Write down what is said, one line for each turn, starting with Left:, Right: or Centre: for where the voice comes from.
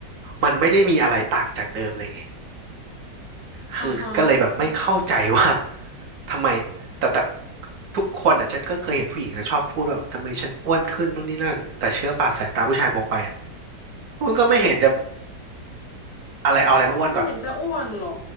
Right: มันไม่ได้มีอะไรต่างจากเดิมเลยไงคือก็เลยแบบไม่เข้าใจว่า
Left: อ่าฮะแล้ว
Right: <laughs> ทำไมแต่แต่ทุกคนอ่ะฉันก็เคยเห็นผู้หญิงนะชอบพูดว่าแบบทำไมฉันอ้วนขึ้นนู่นนี่นั่นแต่เชื่อป่ะสายตาผู้ชายมองไปอ่ะมันก็ไม่เห็นจะ อะไรเอาอะไรมาอ้วนก่อน
Left: ไม่เห็นจะอ้วนหรอ